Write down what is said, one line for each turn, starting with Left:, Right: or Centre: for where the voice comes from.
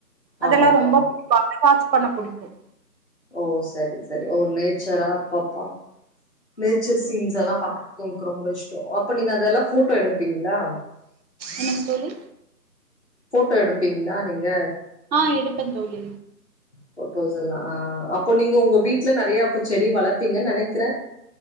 Right: அதெல்லாம்
Left: ஆமாப்பா
Right: ரொம்ப புடிக்கு வாட்ச் பண்ண புடிக்கும்
Left: ஓ சேரி சேரி ஓ நேச்சரா பாப்பா நேச்சர்
Right: ஆமா
Left: சீன்ஸ்
Right: தோழி
Left: எல்லாம் பாக்க க்கும் கு ரொம்ப இஷ்டம் அப்ப நீங்க அதெல்லாம் போட்டோ எடுத் ப்பீங்களா
Right: என்னங்க தோழி
Left: போட்டோ எடுப்பீங்களா நீங்க
Right: ஆ எடுப்பேன் தோழி
Left: ஃபோடோஷ் எல்லா ஆஹ் அப்போ நீங்க உங்க வீட்டுல நிறைய அப்ப செடி வளப்பீங்க நினைக்கிற